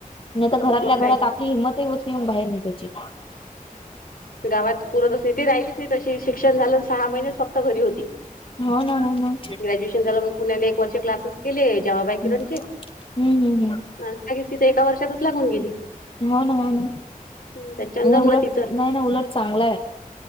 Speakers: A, on the left; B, on the left.
A: आणि आता घरातल्या
B: मग
A: घरात
B: काय
A: आपली, हिंमत ही होत नाही घरातून बाहेर निघायची.
B: गावात पुरत असं नाही ती, राहिलीच नाही तशी शिक्षण झालं सहा महिनेच फक्त घरी होती.
A: हांव ना मगं.
B: ग्रॅज्युएशन झाला मग, पुण्या ला एक वर्ष क्लासेस केले जवाबाई किरणचे.
A: हम्म हम्म हम्म
B: लगेच तिथे एका वर्षातच लागून गेली.
A: हो ना, हो ना.
B: त्याच्यान
A: आणि
B: जमलं
A: उलट
B: तिचं
A: नाही ना उलट चांगला आहे,